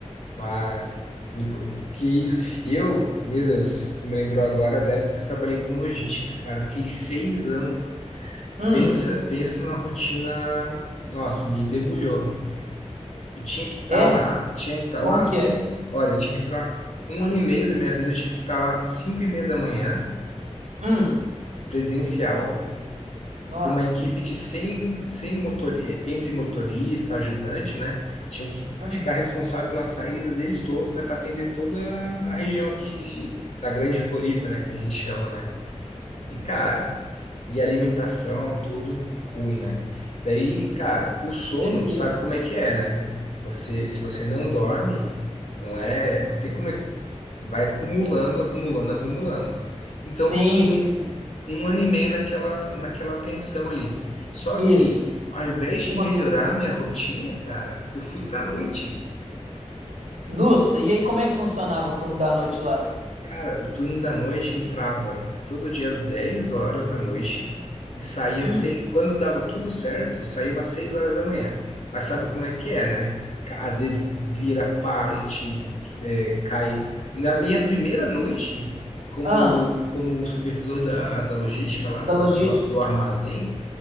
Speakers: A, on the left; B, on the right.
A: Ah, me co- que isso? Eu, meu Deus, tu me lembrou agora da época que eu trabalhei com logística, cara. Fiquei seis anos.
B: Hum,
A: Pensa, pensa numa rotina. Nossa, me debulhou. Eu tinha que estar
B: é?
A: lá, eu tinha que estar
B: Como
A: lá cinco.
B: que era?
A: Olha, eu tinha que estar um ano e meio da minha vida, eu tive que estar lá cinco e meia da manhã,
B: Hum,
A: presencial.
B: nossa.
A: para uma equipe de 100 100 motor entre motorista, ajudante, né? Tinha que
B: Hum,
A: ficar responsável pela saída deles todos, né? Para atender toda a região aqui de- da Grande Floripa, né? Que a gente chama, né? E, cara, e alimentação, tudo ruim, né? Daí, cara, o sono,
B: com certeza.
A: tu sabe como é que é, né? Você, se você não dorme, não é, não tem como vai acumulando, acumulando, acumulando. Então,
B: Sim,
A: eu fiquei
B: sim.
A: um, um ano e meio naquela, naquela tensão ali. Só
B: Isso.
A: que, ao invés
B: O que
A: de
B: aconteceu?
A: melhorar a minha rotina, cara, eu fui pra noite.
B: Nossa, e aí como é que funcionava o turno da noite lá?
A: Cara, o turno da noite entrava todo dia às dez horas da noite e saía
B: Hum,
A: seis, quando dava tudo certo, saía umas 6 horas da manhã. Mas sabe como é que é, né? Ca- Às vezes vira pallet, é, cai. Na minha primeira noite, como,
B: ah,
A: como supervisor da, da logística lá
B: da
A: do,
B: logística.
A: do, a- do armazém,